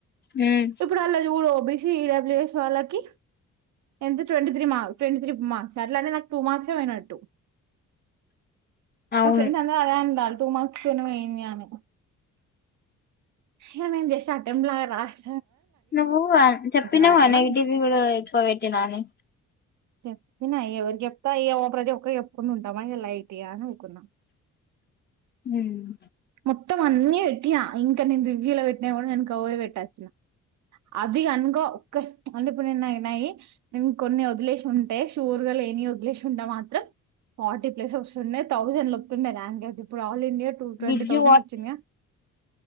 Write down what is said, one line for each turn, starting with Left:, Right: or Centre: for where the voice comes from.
Left: మ్.
Right: ఇప్పుడు అలా చూడు బసి ఇడబ్లిఎస్ వాాలాకి ఎంత twenty three twenty three marks అట్లా అంటే నాకు టూ మార్క్సే పోయినట్టు
Left: అవును
Right: మా ఫ్రెండ్స్ అందరు అదే అంటారు టూ మాస్టర్ పోయింది నాది ఇగా నేను చేస్తే అటెంప్ లాగా రస్
Left: నువ్వు చెప్పినావు
Right: రాయాలని
Left: నెగిటివ్ కూడా ఎక్కువ పెట్టినా అని
Right: చెప్పిన ఇగా ఎవరికీ చెప్తా ఇగా ఒకరికి చెప్పి ఒకరికి చెప్పకుండా ఉంటామా ఇగా లైట్ ఇగా మొత్తం
Left: మ్.
Right: మొత్తం అన్నీ పెట్టినా ఇంకా నేను రివ్యూ లో పెట్టినయి కూడా వెనకకు పోయి పెట్టు వచ్చిన అది అనుకో ఒక స్త అంటే ఇప్పుడు నై న్నాయి ఇం కొన్ని వదిలేసిలు ఉంటే షూర్ గా లేని వదిలేసి ఉంటే మాత్రం ఫార్టీ ప్లేస్ వస్తున్నాయి థౌజండ్ లోపు ఉండే ర్యాంక్ అయితే ఇప్పుడు ఆల్ ఇండియా ట్వ ట్వంటీ
Left: విజ్జు
Right: థౌసండ్ వచ్చింది గా